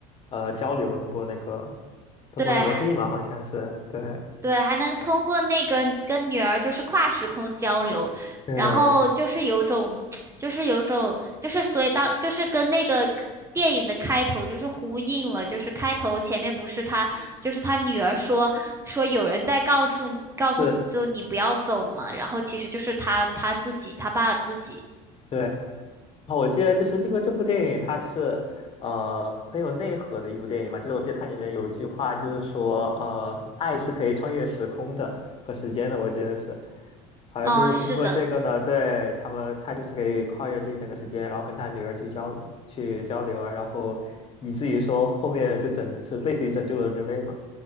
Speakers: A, on the left (about 35°); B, on the right (about 20°).
A: 呃交流，通过那个通过那摩斯密码好像是对
B: 对，对，还能通过那个跟女儿就是跨时空交流，
A: 对
B: 然后就是有种，<tsk> 就是有种，就是所以当就是跟那个电影的开头就是呼应了，就是开头前面不是他就是他女儿说说有人在告诉你告诉就你不要走嘛，
A: 是。
B: 然后其实就是他他自己他爸自己，
A: 对啊，我记得就是经过这部电影，它就是呃很有内核的一部电影嘛。就是我记得它里面有一句话，就是说呃爱是可以穿越时空的和时间的，我记得是，好像就是通过这个呢，
B: 哦，是的。
A: 对他们他就是可以跨越这一整个时间，然后跟他女儿去交流去交流啊，然后以至于说后面就拯是类似于拯救了人类嘛。